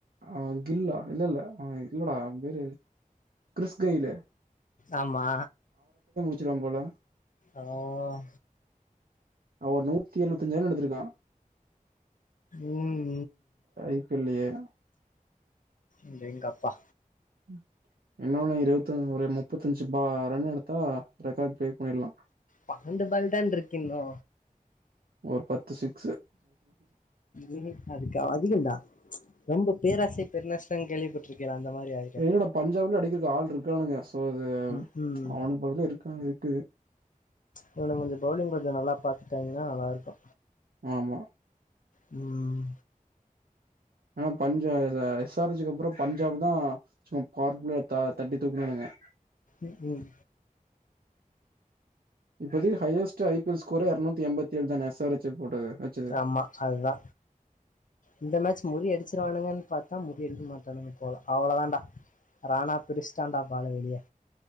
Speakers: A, on the right; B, on the left.
A: அ கில் லா இல்ல இல்ல ஆஹ இல்லடா அவம்பேரு கிறிஸ்கெய்ல்
B: ஆமா
A: ச்சிருவாம் போல
B: ஆஹ்
A: அவ ஒரு நூத்தி எழுவத்தஞ்சு ரன் எடுத்துருக்கா
B: உம்
A: இப்பில்லையே
B: ந்த எங்க அப்பா
A: ம் இன்னொன்னு இருபத்த ஒரு முப்பத்தஞ்சு பா ரன் எடுத்தா ரெக்கார்ட் ப்ரேக் பண்ணிடலா
B: பண்ணென்டு பால் தான இருக்கின்னோ
A: ஒரு பத்து சிக்
B: ஏ அதுக்கு அவ அதிகன்டா ரொம்ப பேராசை பெருநஷ்டன்னு கேள்விப்பட்டுருக்கிள அந்த மாரி ஆயிரு
A: இல்லட பஞ்சாப்லயு அடிக்கறதுக்கு ஆள் இருக்கானுங்க சோ அது
B: ம் ம்
A: அவனு <unintelligible> இருக்கா இருக்கு
B: இவனுங்க கொஞ்சோ பவுலிங் கொஞ்சோ நல்லா பாத்துட்டாங்கன்னா நல்லா இருக்கு
A: ஆமா
B: ம்
A: ஆனா பஞ்சா இல்ல எஸ் ஆர் ஹெச் க்கு அப்புறோ பஞ்சாப் தா சும்மா பவர் பிளேயத் தா தட்டி தூக்குனானுங்க
B: ம் ம்
A: இப்பதைக்கு ஹையஸ்ட் ஐ பி எஸ் கூற எரநூத்தி எம்பத்தி ஏழு தா எஸ் ஆர் ஹெச் போட்டது வச்சது
B: ஆமா அதுதா இந்த மேட்ச் மொழி அடிச்சிருவானுகன்னு பாத்தா மொழி எழுக்க மாட்டானுங்க போல அவ்ளோதான்டா ரானா பிரிச்சுட்டான்டா பால வெளிய